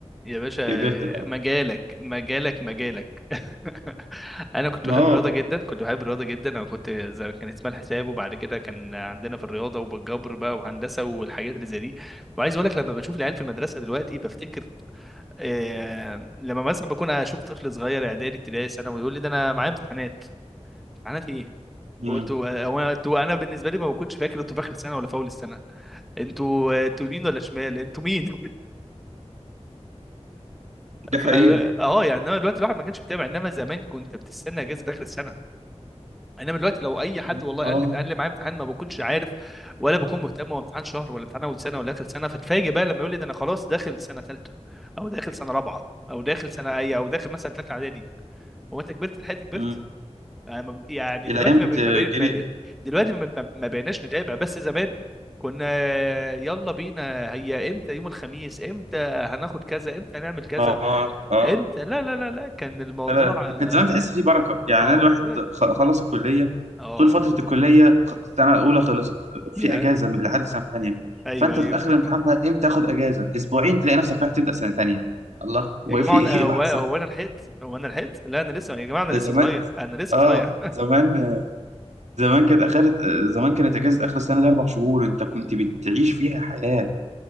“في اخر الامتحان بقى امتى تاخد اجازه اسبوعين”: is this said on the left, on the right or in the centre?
Right